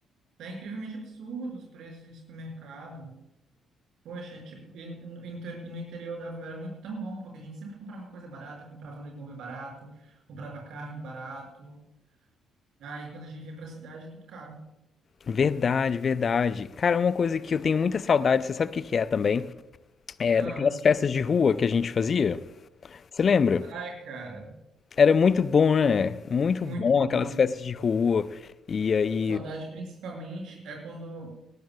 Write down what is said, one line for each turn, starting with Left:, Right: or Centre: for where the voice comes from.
Right: Tá incrivelmente absurdo os preços de supermercado. Poxa, tipo, e, e no, inter- e no interior da avó era muito tão bom, porque a gente sempre comprava coisa barata, comprava legume barato, comprava carne barato. Aí quando a gente vem pra cidade é tudo caro.
Left: Verdade, verdade. Cara, uma coisa que eu tenho muita saudade, você sabe o que que é também? É
Right: Ah,
Left: daquelas festas de rua que a gente fazia. Você lembra?
Right: ai, cara,
Left: Era muito bom, né? Muito
Right: muito
Left: bom
Right: bom.
Left: aquelas festas de rua. E aí
Right: Saudade principalmente é quando